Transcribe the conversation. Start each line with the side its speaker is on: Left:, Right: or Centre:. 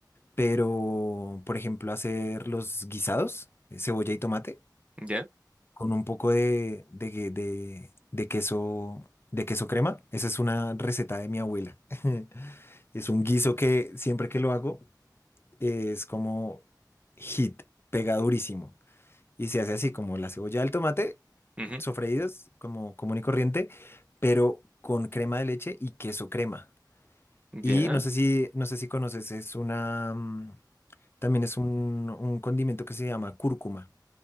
Left: pero por ejemplo hacer los guisados, eh, cebolla y tomate,
Right: Ya.
Left: con un poco de, de, que- de- de queso, de queso crema. Esa es una receta de mi abuela. <laughs> Es un guiso que siempre que lo hago eh, es como hit, pega durísimo. Y se hace así como la cebolla del tomate,
Right: ujú,
Left: sofreídos como común y corriente, pero con crema de leche y queso crema.
Right: Ya.
Left: Y no sé si, no sé si conoces, es una, mm, también es un, un condimento que se llama cúrcuma.